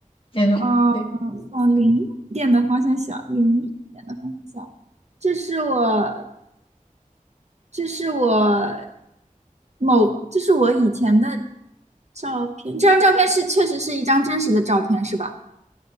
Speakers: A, on the left; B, on the right.
A: 那种对，
B: 嗯，往零一点的方向想，零一点的方向想。这是我，这是我某，这是我以前的照片。这张照片是确实是一张真实的照片，是吧？